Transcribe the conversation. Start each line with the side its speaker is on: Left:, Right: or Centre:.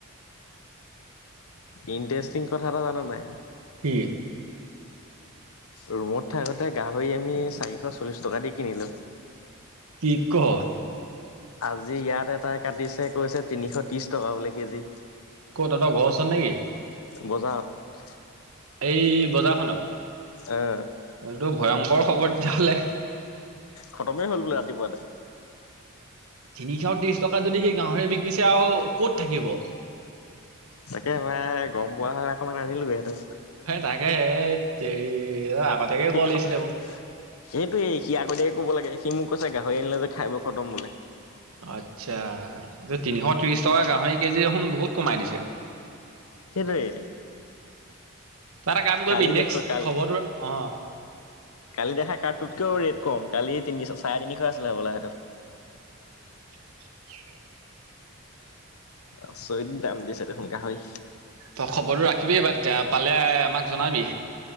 Left: ইণ্টাৰেষ্টিং কথা এটা জান নাই।
Right: কি
Left: ৰুমত থাকোতে গাহৰি আমি চাৰিশ চল্লিশ টকা দি কিনিলো।
Right: কি কৰ।
Left: আজি ইয়াত এটা কাটিছে কৈছে তিনিশ ত্ৰিশ টকা বোলে কেজি।
Right: ক'ত তহঁতৰ ঘৰ ওচৰত নেকি?
Left: বজাৰত।
Right: এই বজাৰখনত
Left: আহ
Right: এইটো ভয়ংকৰ খবৰ তেতিয়াহ'লে।
Left: খতমেই হ'ল বোলে ৰাতিপুৱাতে।
Right: তিনিশ ত্ৰিশ টকাত যদি সেই গাহৰি বিকিছে আৰু ক'ত থাকিব।
Left: তাকে ভাই গম পোৱা হয় অকমান আনিলোহেঁতেন।
Right: সেই তাকে এই আগতীয়াকে
Left: শিক্ষক
Right: ক'ব লাগিছিলে মোক।
Left: সেইটোই সি আগতিয়াকে ক'ব লাগে। সি মোক কৈছে গাহৰি আনিলে যে খাই বৈ খতম বোলে।
Right: আচ্ছা তিনিশ ত্ৰিশ টকা গাহৰি কেজি দেখোন বহুত কমাই দিছে।
Left: সেইটোৱে।
Right: তই এটা কাম কৰিবি
Left: কালি
Right: নেক্সট
Left: দেখো কালি
Right: খবৰটো অ'।
Left: কালি দেখা কাৰটোতকেও ৰেট কম কালি তিনিশ চাৰে তিনিশ আছিলে হবলৈ সেইটো
Right: <unintelligible>
Left: আচৰিত দাম দিছে দে দেখোন গাহৰি
Right: ত খবৰটো ৰাখিবি এইবাৰ তেতিয়া পালে আমাক জনাবি।